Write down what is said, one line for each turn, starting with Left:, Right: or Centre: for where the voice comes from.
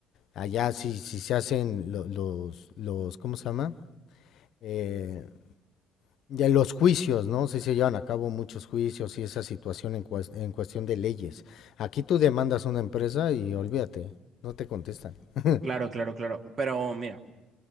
Left: Allá sí, sí se hacen lo- los, los, ¿cómo se llama? Eh, de los juicios, ¿no? Sí se llevan a cabo muchos juicios y esa situación en, cues- en cuestión de leyes. Aquí tú demandas a una empresa y olvídate, no te contestan. <laughs>
Right: Claro, claro, claro. Pero mira,